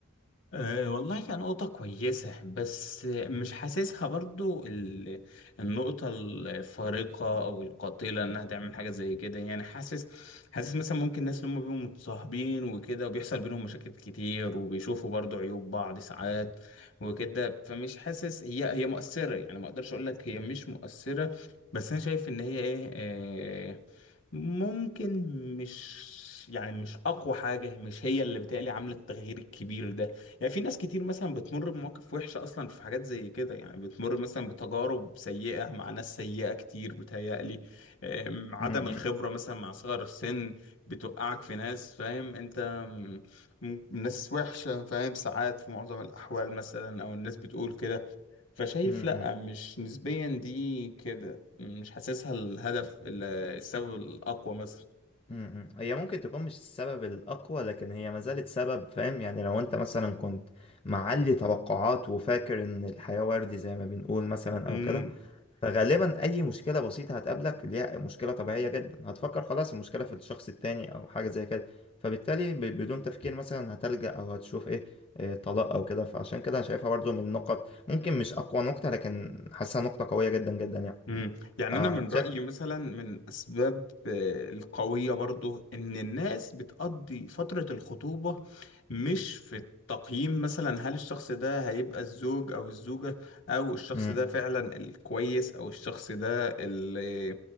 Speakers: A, on the left; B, on the left.
A: أه والله كان نقطة كويسة بس مش حاسسها برضو ال- النقطة الفارقة أو القاتلة إنها تعمل حاجة زي كده يعني حاسس حاسس مثلا ممكن الناس اللي هم بيبقوا متصاحبين وكده وبيحصل بينهم مشاكل كتير وبيشوفوا برضو عيوب بعض ساعات وكده فمش حاسس هي هي مؤثرة يعني ما أقدرش أقول لك هي مش مؤثرة بس أنا شايف إن هي إيه أه ممكن مش يعني مش أقوى حاجة مش هي اللي بتقلي عاملة التغيير الكبير ده يعني في ناس كتير مثلا بتمر بمواقف وحشة أصلا في حاجات زي كده يعني بتمر مثلا بتجارب سيئة مع ناس سيئة كتير بتهيألي أم، عدم
B: م-
A: الخبرة
B: م-
A: مثلا مع صغر السن بتوقعك في ناس فاهم أنت م- م- ناس وحشة فاهم ساعات في معظم الأحوال مثلا أو الناس بتقول كده فشايف
B: م-
A: لأ مش نسبيا دي كده مش حاسسها الهدف ال- السبب الأقوى مثلا
B: م- م. هي ممكن تكون مش السبب الأقوى لكن هي ما زالت سبب فاهم يعني لو أنت مثلا كنت معلي توقعات وفاكر إن الحياة وردي زي ما بنقول مثلا
A: امم
B: أو كده فغالبا اي مشكله بسيطه هتقابلك ليها مشكله طبيعيه جدا هتفكر خلاص المشكله في الشخص التاني او حاجه زي كده فبالتالي ب- بدون تفكير مثلا هتلجأ او هتشوف ايه إيه، طلاق او كده فعشان كده انا شايفها برضو من النقط ممكن مش اقوى نقطه لكن حاسسها نقطه قويه جدا جدا يعني
A: مم. يعني
B: آه
A: انا من رايي
B: شايف
A: مثلا من اسباب آه، القويه برضو ان الناس بتقضي فتره الخطوبه مش في التقييم مثلا هل الشخص ده هيبقى الزوج او الزوجه او الشخص
B: امم
A: ده فعلا الكويس او الشخص ده اللي